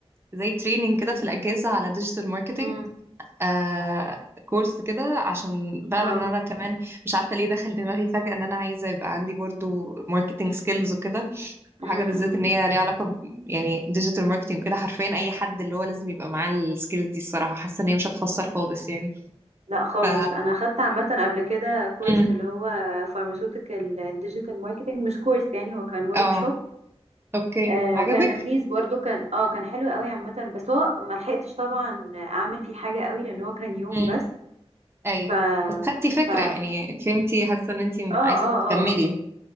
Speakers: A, on the right; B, on the right.
A: زي تريننج كده في الاجازه على ديجيتال ماركتنج
B: امم
A: آه كورس كده عشان فعلا
B: اه
A: انا كمان مش عارفه ليه دخل دماغي فجاه ان انا عايزه يبقى عندي برضو ماركتنج سكيلز وكده
B: امم
A: وحاجه بالذات ان هي ليها علاقه ب يعني ديجيتال ماركتنج وكده حرفيا اي حد اللي هو لازم يبقى معاه السكيلز دي الصراحه حاسه ان هي مش هتخسر خالص يعني
B: لا خالص
A: ف
B: انا خدت عامه قبل كده كورس
A: مم.
B: اللي هو فارماسيوتيكال ديجيتال ماركتنج مش كورس يعني هو كان ورك
A: اه
B: شوب
A: اوكي
B: آه
A: عجبك
B: وكان لذيذ برضو كان اه كان حلو قوي عامه بس هو ما لحقتش طبعا اعمل فيه حاجه قوي لان هو كان يوم
A: امم
B: بس
A: ايوه
B: ف
A: بس خدتي فكره
B: ف اه
A: يعني فهمتي حاسه ان انت
B: اه
A: عايزه
B: اه
A: تكملي